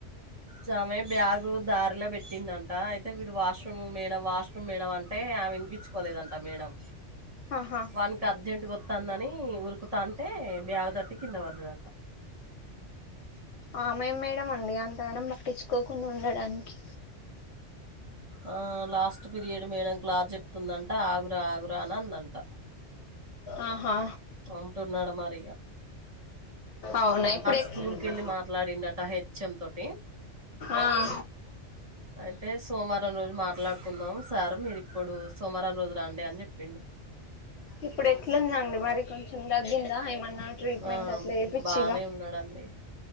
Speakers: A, on the right; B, on the left.
A: సామె బ్యాగు దారిలో పెట్టిందంట అయితే వీడు వాష్రూమ్ మేడ వాష్ మేడం అంటే ఆమె వినిపించుకోలేదంట మేడం
B: ఆహా
A: వానికి అర్జెంట్గా వత్తందని ఉరుకుతాంటే బ్యాగు తట్టి కింద పడ్డడంట <inaudible>
B: ఆమెం మేడం అండి అంతగానం పట్టించుకోకుండా ఉండడానికి
A: ఆ లాస్ట్ పీరియడ్ మేడం క్లాస్ చెప్తుందంట ఆగురా ఆగురా అని అందంట
B: ఆహా
A: అంటున్నాడు మరి ఇగ
B: అవునా ఇప్పుడు ఎట్ల
A: స్కూల్కి వెళ్ళి మాట్లాడిండట హెచ్ఎం తోటి
B: ఆ
A: అయితే సోమవారం రోజు మాట్లాడుకుందాం సార్ మీరు ఇప్పుడు సోమవారం రోజు రండి అని జెప్పిండు.
B: ఇప్పుడు ఎట్లుందండి మరి కొంచెం తగ్గిందా ఏమన్నా ట్రీట్మెంట్
A: ఆ
B: అట్లా చేపిచ్చిరా
A: బానే ఉన్నడండి